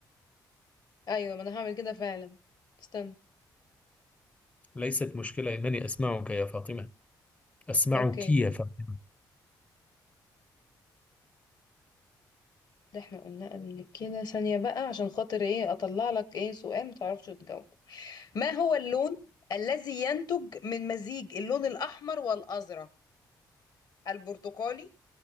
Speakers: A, on the left; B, on the left.
A: أيوة ما أنا هعمل كده فعلا استنى
B: ليست مشكلة إنني أسمعك يا فاطمة أسمعك
A: أوكي
B: يا فاطمة
A: ده احنا قلنا قبل كده ثانية بقى عشان خاطر ايه أطلع لك ايه سؤال متعرفش تجاوب ما هو اللون الذي ينتج من مزيج اللون الأحمر والأزرق؟ البرتقالي،